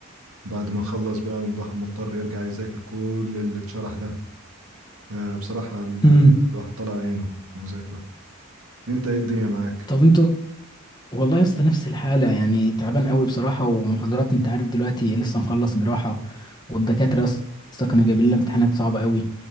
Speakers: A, on the right; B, on the left.
A: بعد ما نخلص بقى الواحد مضطر يرجع يذاكر كل اللي اتشرح ده آه، بصراحة ال-
B: امم
A: <hesitation> الواحد طلع عينه في المذاكرة انت ايه الدنيا معاك؟
B: طب انتوا والله يا اسطى نفس الحاله يعني تعبان قوي بصراحه ومحاضرات انت عارف دلوقتي لسه مخلص جراحه والدكاتره يا اسطى كانوا جايبين لنا امتحانات صعبه قوي